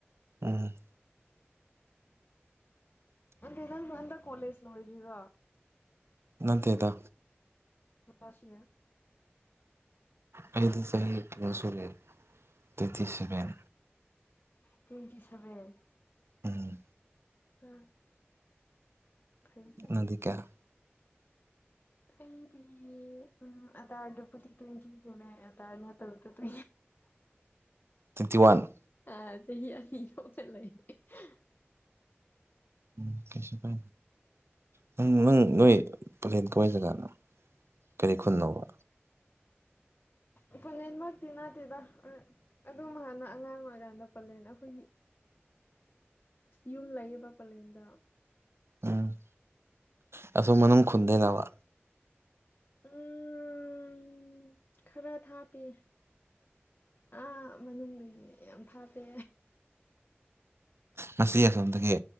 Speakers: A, on the right; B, on the left.
A: ꯎꯝ
B: ꯅꯦ ꯃꯟ ꯀꯣꯦꯖ ꯅꯣꯏꯗ꯭ꯔꯥ
A: ꯅꯠꯇꯦꯗ
B: ꯖꯥꯁꯤ
A: ꯑꯩꯗꯤ ꯆꯍꯤ ꯀ꯭ꯂꯁꯨꯨꯔꯦ ꯇꯇꯁꯤꯕꯦꯟ
B: ꯇ꯭ꯋꯦꯟꯇꯤ ꯁꯚꯦꯟ
A: ꯎꯝ
B: ꯑ ꯐꯥꯏ ꯐꯥꯏ
A: ꯅꯪꯗꯤ ꯀꯌꯥ
B: ꯑꯩꯗꯤ ꯎꯝ ꯑꯗꯥꯔꯗꯕꯨꯗꯤ ꯇꯣꯏꯗꯤꯤꯈꯤꯕꯅꯦ ꯑꯗꯥꯔꯅ ꯇꯗ ꯇꯨ <inaudible>
A: ꯇ꯭ꯋꯦꯟꯇꯤ ꯋꯥꯟ
B: ꯑ ꯆꯍꯤ ꯑꯅꯤ ꯂꯧ ꯆꯠ ꯂꯩꯌꯦ <unintelligible>
A: ꯎꯝ ꯀꯦ ꯄ ꯅꯪ ꯅꯪ ꯅꯣꯏ ꯄꯂꯦꯟ ꯀꯧꯋꯥꯏ ꯖꯒꯥꯅꯣ ꯀꯔꯤ ꯈꯨꯟꯅꯣꯕ
B: ꯏ ꯅꯟ ꯃꯇ ꯅꯅꯥ ꯇꯗ ꯑꯗꯨꯝ ꯍꯥꯟꯅ ꯑꯉꯥꯡ ꯑꯣꯏꯀꯥꯟꯗ ꯄꯜꯂꯦꯅ ꯑꯩꯈꯣꯏꯒꯤ ꯌꯨꯝ ꯂꯩꯌꯦꯕ ꯄꯂꯦꯟꯗ
A: ꯎꯝ ꯑꯁꯣꯝ
B: ꯑꯗꯨꯗ
A: ꯃꯅꯨꯡ ꯈꯨꯟꯗꯩꯔꯕ
B: ꯎꯝ ꯎꯝ ꯈꯔ ꯊꯥꯞꯄꯤ ꯑꯥ ꯃꯅꯨꯡꯗꯒꯤ ꯌꯥꯝ ꯊꯥꯞꯄꯦ
A: ꯃꯁꯤ ꯑꯁꯣꯝꯗꯒꯤ